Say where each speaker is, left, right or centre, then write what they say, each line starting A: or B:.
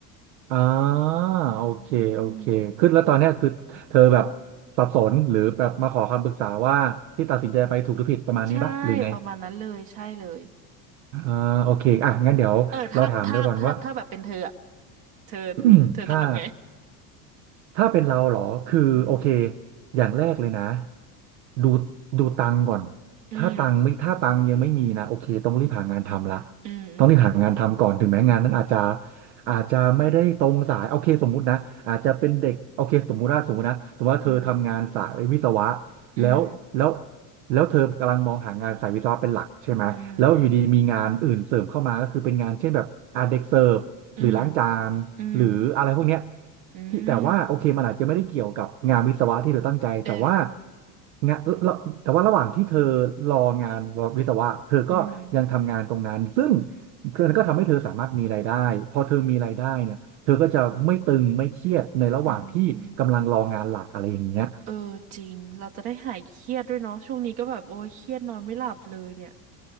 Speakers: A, on the right; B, on the right.
A: อ่าโอเคโอเคคือแล้วตอนเนี้ยคือเธอแบบ
B: อืม
A: สับสนหรือแบบมาขอคำปรึกษาว่าที่ตัดสินใจไปถูกหรือผิดประมาณนี้ปะหรือไง
B: ใช่ประมาณนั้นเลยใช่เลย
A: อ่าโอเคอ่ะงั้นเดี๋ยวเราถามด้วยก่อนว่า
B: เออถ้าถ้าถ้าถ้าแบบเป็นเธออะเธอ
A: <clears throat>
B: เธอจะทำไง
A: ถ้า ถ้าเป็นเราเหรอคือโอเค
B: อืม
A: อย่างแรกเลยนะ ดูดูตังค์ก่อน
B: อืม
A: ถ้าตังค์ไม่ถ้าตังค์ยังไม่มีนะโอเคต้องรีบหางานทำละ
B: อืมอืม
A: ต้องรีบหางานทำก่อน ถึงแม้งานนั้นอาจจะอาจจะไม่ได้ตรงสายโอเคสมมุตินะอาจจะเป็นเด็กโอเคสมมุติว่าสมมุตินะสมมุติว่าเธอทำงานสายวิศวะ
B: อืมอืม
A: แล้วแล้วแล้วเธอกำลังมองหางานสายวิศวะเป็นหลักใช่ไหมแล้วอยู่ดีมีงานอื่นเสริมเข้ามาก็คือเป็นงานเช่นแบบอาเด็กเสิร์ฟหรือล้างจานหรืออะไรพวกเนี้ย
B: อืมอืมอืมอืมอืม
A: ที่แต่ว่าโอเคมันอาจจะไม่ได้เกี่ยวกับงานวิศวะที่เธอตั้งใจแต่ว่า
B: เออ
A: งานแล้วแต่ว่าระหว่างที่เธอรองานวิศวะเธอก็ยังทำงานตรงนั้นซึ่ง
B: อืม
A: มันก็ทำให้เธอสามารถมีรายได้พอเธอมีรายได้เนี่ยเธอก็จะไม่ตึงไม่เครียดในระหว่างที่กำลังรองานหลักอะไรอย่างเงี้ย
B: อืมเออจริงเราจะได้หายเครียดด้วยเนาะช่วงนี้ก็แบบโอ้ยเครียดนอนไม่หลับเลยเนี่ย